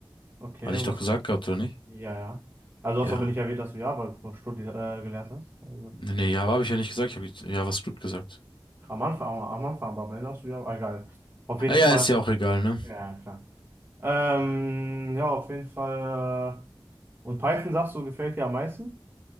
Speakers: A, on the right; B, on the left.
A: Okay,
B: Hatte
A: und
B: ich doch
A: was?
B: gesagt gehabt, oder nicht?
A: Ja, ja. Also
B: Ja.
A: hast du aber nicht erwähnt, dass du Java studi äh, gelernt hast. Also,
B: Nee, nee, Java habe ich ja nicht gesagt, ich habe JavaScript gesagt.
A: am Anfang, am Anfang, aber am Ende hast du Java. Ah, Egal. Auf jeden
B: Ah
A: Fall.
B: ja, ist ja auch egal, ne?
A: Ja, klar. Ähm, ja, auf jeden Fall. äh, Und Python, sagst du, gefällt dir am meisten?